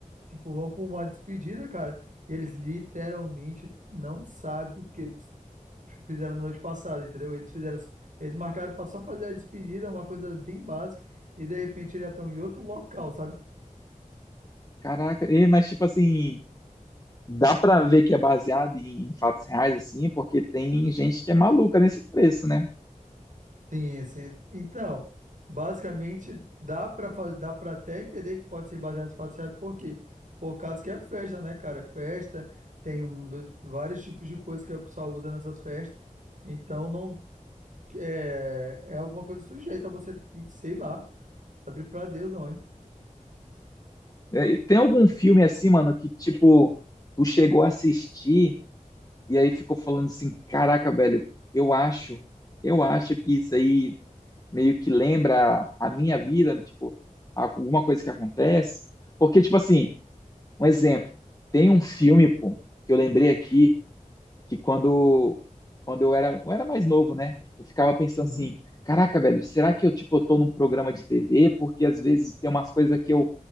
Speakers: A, on the right; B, on the left.
A: tipo, vão pra uma despedida, cara, e eles literalmente não sabem o que eles fizeram na noite passada, entendeu? Eles fizeram, eles marcaram pra só fazer a despedida, uma coisa bem básica, e de repente eles já estão em outro local, sabe?
B: Caraca, e- mas tipo assim, dá pra ver que é baseado em fatos reais, assim, porque tem gente que é maluca nesse preço, né?
A: Sim, sim. Então, basicamente, dá para dá para até entender que pode ser baseado em fatos certos, por quê? Por causa que é festa, né, cara? Festa, tem um- vários tipos de coisas que o pessoal usa nessas festas. Então, não é, é alguma coisa sujeita a você, sei lá, sabe para Deus onde.
B: E- e Tem algum filme assim, mano, que tipo, tu chegou a assistir E aí ficou falando assim, caraca, velho, eu acho, eu acho que isso aí meio que lembra a minha vida, tipo, alguma coisa que acontece. Porque, tipo assim, um exemplo, tem um filme, pô, que eu lembrei aqui, que quando, quando eu era, eu era mais novo, né? Eu ficava pensando
A: Uhum,
B: assim, caraca, velho, será que eu, tipo, eu tô num programa de TV? Porque às vezes tem umas coisas que eu,